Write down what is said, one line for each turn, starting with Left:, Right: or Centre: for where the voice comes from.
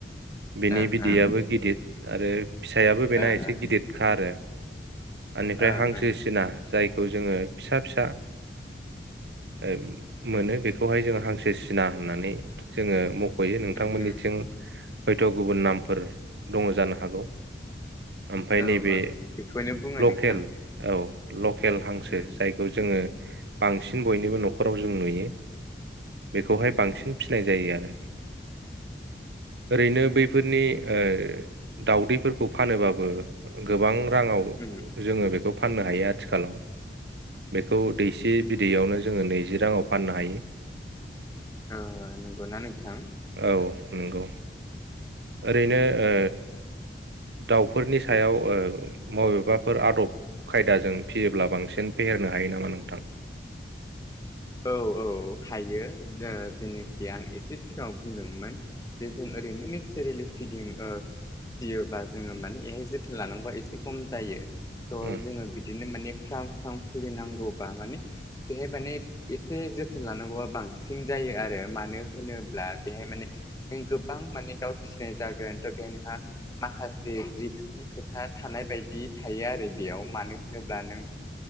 Right: बिनि
Left: ओं
Right: बिदैयाबबो
Left: ओं
Right: गिदिर आरो फिसायाबो
Left: ओ
Right: बेना
Left: ओ
Right: एसे गिददखा आरो बेनिफ्राय
Left: ओं
Right: हांसो
Left: ओं
Right: सिना जायखौ जोङो फिसा फिसा ओ
Left: उम
Right: मोनो
Left: उम
Right: बेखौहाय जोङो हांसो सि ना होननानै जोङो मख यो नोंथांमोननिथिं
Left: उम उम
Right: हयथ' गुबुन नामफोर दङ जानो हागौ ओमफ्राय नैबे
Left: औ औ बेखौनो बुङो
Right: लकेल
Left: नोंथां
Right: औ लकेल हांसो
Left: उम उम
Right: जायखौ जोङो बांसिन बयनिबो न'खराव जों नुयो। बेखौहाय
Left: उम
Right: बांसिन
Left: उम
Right: फिसिनाय जायो आरो ओरैनो बैफोरनि ओ दावदैफोरखौ फानोबाबो गोबां राङाव
Left: उम
Right: जोङो बेखौ फाननो हायो आथिखालाव बेखौ
Left: उम
Right: दैसे
Left: उम
Right: बिदैयावनो जोङो नैजि राङाव फाननो हायो।
Left: ओ नंगौना नोंथां
Right: औ नंगौ ओरैनो ओ दाउफोरनि सायाव ओ बबेबाफोर आदब खायदाजों फियोब्ला बांसिन फेहेरनो हायो नामा नोंथां?
Left: औ औ हायो ओ जेनोखि आं एसे सिगाङाव बुंदोंमोन जे जों ओरैनो नेचारेलि फिदिं ओ फिसियोबा जोङो माने बेहाय जोथोन लानांगौ एसे खम जायो। थ
Right: उम
Left: जोङो बिदिनो माने स्रां स्रां खुलिनांगौबा माने बेहाय माने एसे जोथोन लानांगौआ बांसिन जायो आरो मानो होनोब्ला बेहाय माने नों गोबां माने दाउ फिसिनाय जागोन थ' बेहाय नोंहा माखासे रिक्सनि खोथा थानाय बायदि थायो आरो बेयाव मानो होनोब्ला नों